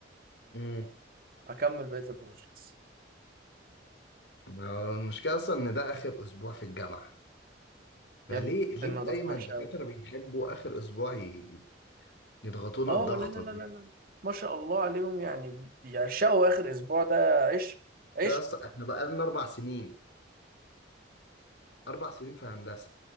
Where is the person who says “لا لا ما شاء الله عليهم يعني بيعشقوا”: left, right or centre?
Right